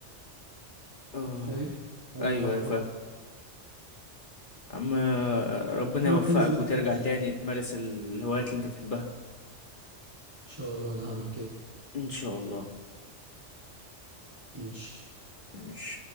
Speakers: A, on the left; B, on the right.
A: اه
B: فاهم فحوار
A: ايوه ايوه فاهم عم آه، ربنا
B: تعرف
A: يوفقك
B: تنزل انت
A: وترجع
B: تاني.
A: تاني
B: ان
A: تمارس الهوايات اللي انت بتحبها
B: شاء الله انا هعمل كده
A: ان شاء الله
B: ماشي
A: ماشي